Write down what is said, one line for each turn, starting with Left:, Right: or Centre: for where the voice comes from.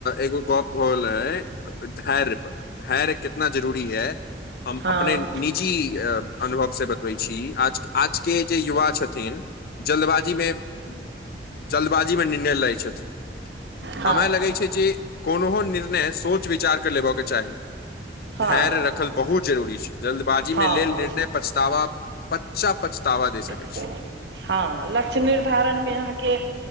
Left: एगो गप्प भऽगल रहय है धैर्य पर धैर्य कितना जरुरी है हम
Right: हँ
Left: अपने निजी अनुभव से बतबै छी आज आज केँ जे युवा छथिन जल्दबाजीमे <inaudible> जल्दबाजीमे निर्णय रहैत छथिन
Right: हँ
Left: हमरा लगै छै जे कोनोहो निर्णय सोच विचार कऽ लेबय कऽ चाही <inaudible>
Right: हँ
Left: धैर्य रखल बहुत जरूरी छै जल्दबाजीमे
Right: हँ
Left: लेल
Right: हँ
Left: निर्णय पछतावा <inaudible> पच्चा पछतावा दे छै सकै
Right: <unintelligible> हँ लक्ष्य निर्धारणमे अहाँकेँ